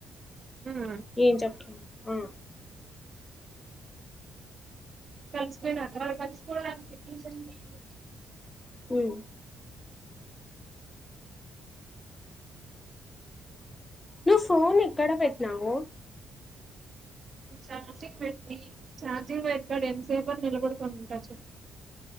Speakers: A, on the right; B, on the left.
A: ఉమ్
B: ఎం చెప్పను ఆ
A: కలిసిపోయారు వాళ్లు కలిసిపోవడానికి రీసన్ నేనే
B: ఉమ్ నువ్ ఫోన్ ఎక్కడ పెట్టినావు
A: ఛార్జింగ్ పెట్టి ఛార్జింగ్ పెట్టినప్పుడు ఎంసేపని నిలబడుకొని ఉంటా చెప్పు